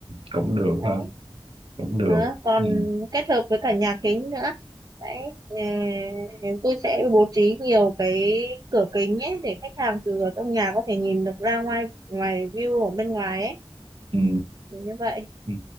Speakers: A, on the right; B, on the right.
A: cũng được
B: đấy.
A: ha cũng được
B: Đó, còn
A: ừ,
B: kết hợp với cả nhà kính nữa đấy ờ, tôi sẽ bố trí nhiều cái cửa kính ấy để khách hàng từ ở trong nhà có thể nhìn được ra ngoài ngoài view ở bên ngoài ấy
A: ừ.
B: Thì như vậy
A: Ừ,